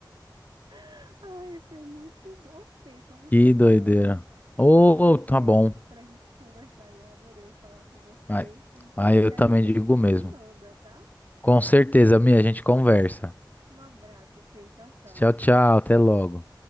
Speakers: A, on the right (about 70°); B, on the left (about 20°).
A: <laughs> Ai, foi muito bom, Fê, estão me chamando.
B: Que doideira. Ô,
A: Mas eu
B: tá
A: volto
B: bom.
A: pra gente conversar. Eu adorei falar com você.
B: Aí,
A: E
B: aí
A: qualquer
B: eu também
A: referência
B: digo o
A: você
B: mesmo.
A: me manda, tá?
B: Com certeza, minha, a gente conversa.
A: Um abraço, Fê. Tchau, tchau.
B: Tchau, tchau, até logo.